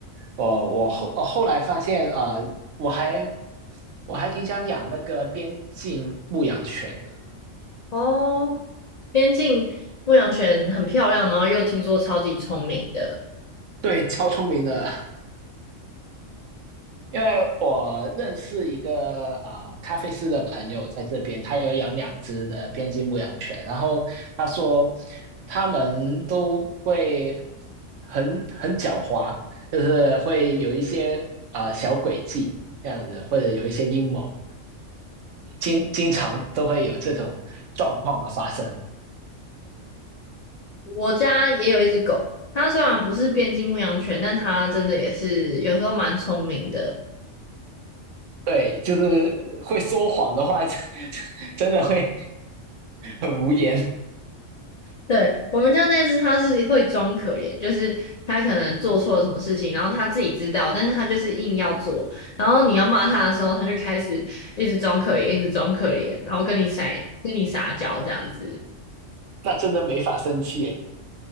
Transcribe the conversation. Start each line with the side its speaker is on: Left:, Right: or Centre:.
Right: 我我后我后来发现，呃，我还我还挺想养那个边境牧羊犬的。
Left: 哦，边境牧羊犬很漂亮，然后又听说超级聪明的。
Right: 对，超聪明的。<laughs> 因为我认识一个啊、呃咖啡师的朋友在这边，他有养两只的边境牧羊犬，然后他说他们都会很很狡猾，就是会有一些啊、呃小诡计这样子，或者有一些阴谋，经经常都会有这种状况的发生。
Left: 我家也有一只狗，它虽然不是边境牧羊犬，但它真的也是有时候蛮聪明的。
Right: 对，就是会说谎的话，<laughs> 真的会很无言，
Left: 对，我们家那只，它是会装可怜，就是它可能做错了什么事情，然后它自己知道，但是它就是硬要做。然后你要骂它的时候，它就开始一直装可怜，一直装可怜，然后跟你撒跟你撒娇这样子。
Right: 那真的没法生气耶。